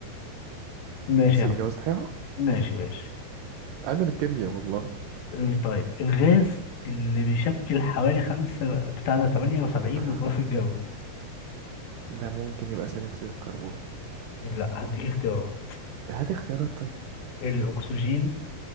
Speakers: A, on the left; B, on the right.
A: ماشي
B: بس
A: يا
B: إجابة
A: عم
B: صحيحة
A: ماشي ماشي
B: أنا الكيمياء والله
A: ال- طيب الغاز اللي بيشكل حوالي خمسة بتاع ده 78
B: آه،
A: من الغلاف الجوي
B: ده ممكن يبقى ثاني أكسيد الكربون
A: لا هديك اختيارات
B: هات اختيارات طيب
A: الأكسجين